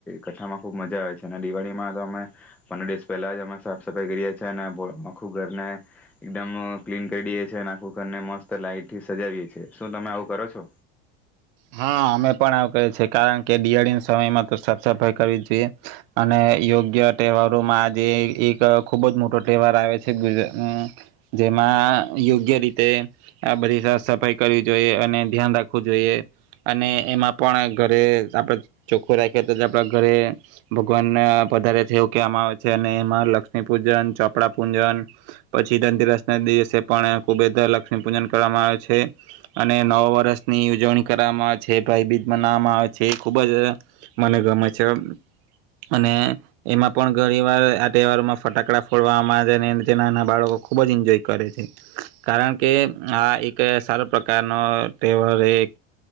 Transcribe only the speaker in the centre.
કથામાં ખૂબ ખબ મજા આવે છે અને દિવાળીમાં તો અમે, પંદર દિવસ પહેલા જ અમે સાફ સફાઈ કરીએ છીએ અને આખું ઘરને એકદમ ક્લીન કરી દઈએ છીએ અને, આખું ઘરને મસ્ત લાઈટ થી સજાવીએ દયે છીએ. શું તમે આવું કરો છો?